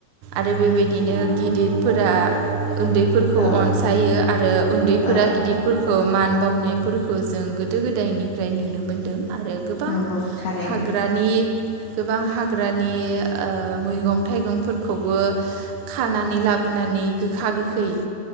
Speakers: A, on the right; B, on the left.
A: आरो बेबायदिनो गिदिरफोरा उन्दैफोरखौ
B: औ
A: अनसायो आरो उन्दैफोरा
B: औ
A: गिदिर मान बावनायफोरखौ जों गोदो गोदायनिफ्राय नुनो मोनदों। आरो गोबां
B: नंगौ थारैनो
A: हाग्रानि गोबां हाग्रानि ओ मैगं मैगं थाइगंफोरखौबो खानानै लाबोनानै गोखा गोखै